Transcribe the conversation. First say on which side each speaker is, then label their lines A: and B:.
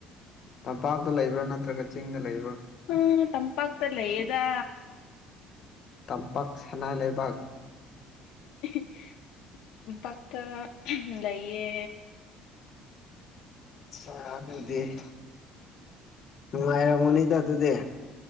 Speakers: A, on the left; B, on the left.
A: ꯇꯝꯄꯥꯛꯇ ꯂꯩꯕ꯭ꯔꯥ ꯅꯠꯇ꯭ꯔꯒ ꯆꯤꯡꯗ ꯂꯩꯕ꯭ꯔꯥ
B: ꯎꯝ ꯇꯝꯄꯥꯛꯇ ꯂꯩꯌꯦꯗꯥ
A: ꯇꯝꯄꯥꯛ ꯁꯅꯥ ꯂꯩꯕꯥꯛ
B: <unintelligible> ꯄꯥꯛꯇ ꯂꯩꯌꯦ
A: <unintelligible> ꯅꯨꯡꯉꯥꯏꯔꯝꯒꯅꯤꯗ ꯑꯗꯨꯗꯤ